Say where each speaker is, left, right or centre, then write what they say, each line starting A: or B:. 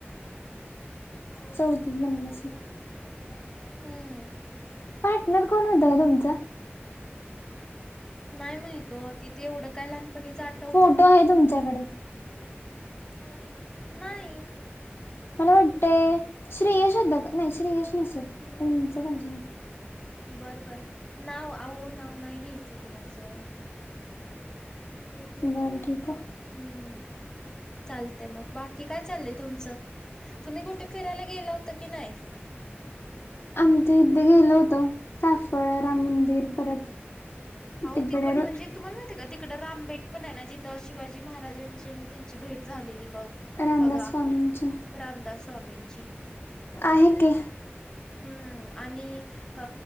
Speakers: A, on the left; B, on the left.
A: चौथीत बनले असेल पाठ
B: हम्म
A: पार्टनर कोण होता ओ तुमचा
B: नाही माहित ओ तिथे एवढं काय लहानपणीचं आठवतं
A: फोटो
B: का
A: आहे तुमच्याकडे <unintelligible>
B: नाही
A: मला वाटत श्रेयश होता का नाही श्रेयश नसेल उणच पाहिजे होता
B: बरं बर नाव अहो नाव नाही घ्यायचं कुणाचं
A: तुझ्या आणि ठीक हाय.
B: हूं चालते मग बाकी काय चाललंय तुमचं तुम्ही कुठे फिरायला गेला होतां की नायं <inaudible>
A: आमच्या इथे गेलो होतो चाफळ राम मंदिर परत
B: अहो
A: तिकडे
B: तिक म्हणजे
A: र
B: तुम्हाला माहितीये का तिकडं रामबेट पण हाय ना जिथं शिवाजी महाराजांच्या नि त्यांची भेट झालेली बघ
A: रामदास
B: बघा
A: स्वामींचे
B: रामदास स्वामींची
A: आहे की
B: हम्म आणि अ